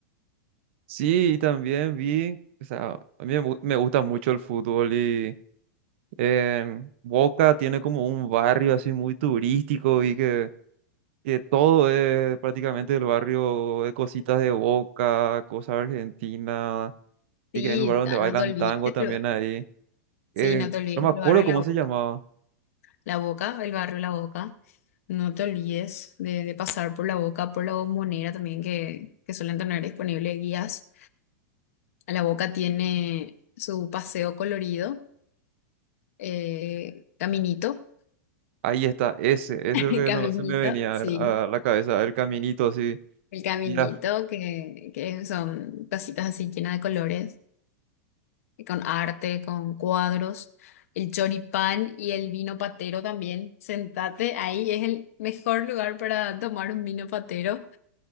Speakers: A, on the right (about 45°); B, on the left (about 55°).
A: Sí, y también vi, o sea, a mí me, gu- me gusta mucho el fútbol y en Boca tiene como un barrio así muy turístico y que, que todo es prácticamente el barrio de cositas de Boca, cosas argentinas, y
B: Sí,
A: que hay un lugar donde
B: ta-
A: bailan
B: no te olvides.
A: tango también
B: lo-
A: ahí.
B: Sí,
A: Eh,
B: no te olvides
A: no me acuerdo
B: el barrio
A: cómo
B: La Boca.
A: se llamaba.
B: La Boca, el barrio La Boca. No te olvides de, de pasar por La Boca, por la Bombonera también, que, que suelen tener disponibles guías. La Boca tiene su paseo colorido, eh, caminito,
A: Ahí está, ese, ese es
B: <laughs>
A: lo que
B: caminito,
A: no se me venía
B: sí.
A: a la cabeza, el caminito así.
B: El caminito,
A: Mira,
B: que, que son tacitas así llenas de colores, con arte, con cuadros, el choripán y el vino patero también. Sentate ahí, es el mejor lugar para tomar un vino patero